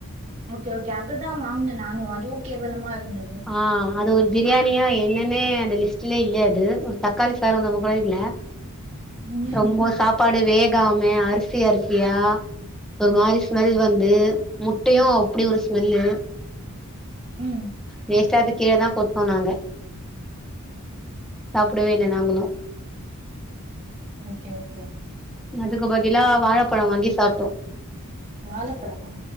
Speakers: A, on the right (about 30°); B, in the centre.
A: ஓகே ஓகே அதுதா வாங்குன நானு அதுவு கேவலமா இருந்துது
B: ஆ அது ஒரு பிரியாணியா என்னன்னே அந்த லிஸ்ட்டுலே இல்ல அது ஒரு த தக்காளி சாதம் கூட இல்ல
A: ம்
B: ரொம்ப சப் சாப்பாடு வேகாம அரிசி அரிசியா ஒரு மாரி ஸ்மெல் வந்து முட்டையு அப்டி ஒரு ஸ்மெல்லு
A: ம்
B: வேஸ்ட்டா அத கீழதா கொட்னோ நாங்க சாப்படவே இல்ல நாங்களு
A: ஓகே ஓகே
B: அதுக்கு பதிலா வாழப்ழோ வாங்கி சாப்டோ
A: வாழப்பழமா